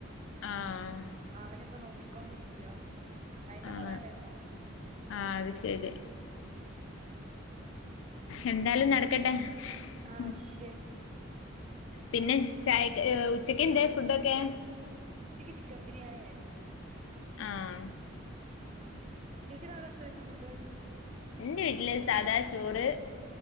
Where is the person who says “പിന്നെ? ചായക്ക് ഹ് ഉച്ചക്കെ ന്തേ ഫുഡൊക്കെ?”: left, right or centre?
Left